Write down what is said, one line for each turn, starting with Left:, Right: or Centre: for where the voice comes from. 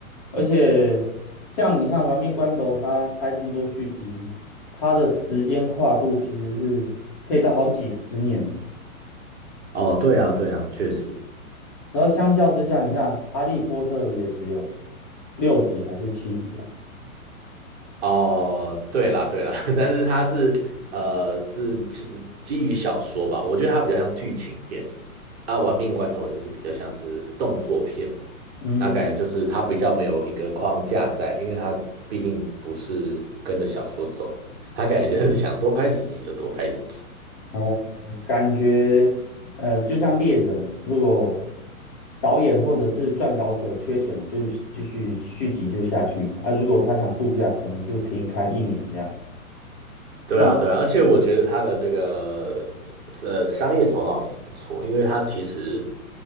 Left: 而且像你看《玩命关头》，他拍这么多续集，他的时间跨度其实是可以到好几十年，
Right: 哦，对啊，对啊，确实。
Left: 然后相较之下，你看《哈利波特》也只有六集还是七集吧，
Right: 哦，对啦对啦，<laughs> 但是它是呃是就是基于小说吧，我觉得它比较像剧情片。啊，《玩命关头》就是比较像是动作片嘛，
Left: 嗯，
Right: 那感觉就是它比较没有一个框架在，因为它毕竟不是跟着小说走的，它感觉就是想多拍几集就多拍几集。
Left: 哦。感觉呃，就像猎人，如果导演或者是撰稿者缺钱，就是继续续集就下去啊。如果他想度假，可能就停刊一年这样。
Right: 对啊，
Left: 这种
Right: 对啊，而且我觉得他的这个呃商业头脑也是不错，因为他其实